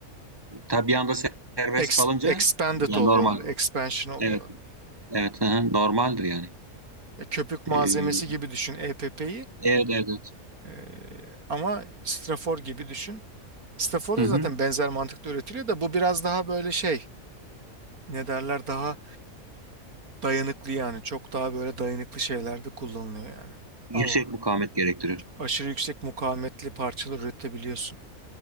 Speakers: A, on the right; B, on the right.
A: Tabii bir anda ser- serbest
B: Ex-
A: kalınca
B: expanded
A: yani
B: oluyorlar,
A: normal.
B: expansion oluyorlar.
A: Evet, evet. Aha, normaldir yani.
B: E, köpük
A: Ee,
B: malzemesi gibi düşün EPP'yi.
A: evet, evet. evet.
B: E, ama strafor gibi düşün. Strafor da
A: Hı
B: zaten
A: hı.
B: benzer mantıkta üretiliyor da bu biraz daha böyle şey ne derler daha Dayanıklı yani çok daha böyle dayanıklı şeylerde kullanılıyor yani.
A: Yüksek
B: Al onu.
A: mukavemet gerektiriyor.
B: Aşırı yüksek mukavemetli parçalar üretebiliyorsun.